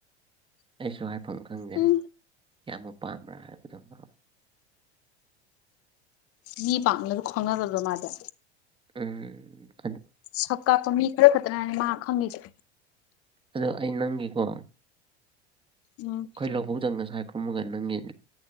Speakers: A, on the right (about 15°); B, on the left (about 45°).
A: ꯑꯩꯁꯨ ꯍꯥꯏꯐꯝ ꯈꯪꯗꯦ
B: ꯎꯝ
A: ꯀꯅ ꯄꯥꯝꯕ꯭ꯔꯥ ꯍꯥꯏꯕꯗꯨꯣ ꯄꯥꯎ
B: ꯃꯤ ꯄꯥꯡꯅ ꯑꯗꯨ ꯈꯪꯅ ꯆꯗ ꯃꯥꯗ
A: <unintelligible>
B: ꯁꯛ ꯀꯥꯞꯄ ꯃꯤ ꯈꯔ ꯈꯛꯇꯅꯅꯤ ꯃꯥ ꯈꯪꯉꯁꯦ
A: ꯑꯗꯣ ꯑꯩ ꯅꯪꯒꯤꯀꯣ
B: ꯎꯝ
A: ꯑꯩꯈꯣꯏ ꯂꯧꯕꯧꯖꯪꯅꯁꯦ ꯀꯨꯝꯃꯒ ꯅꯪꯒꯤ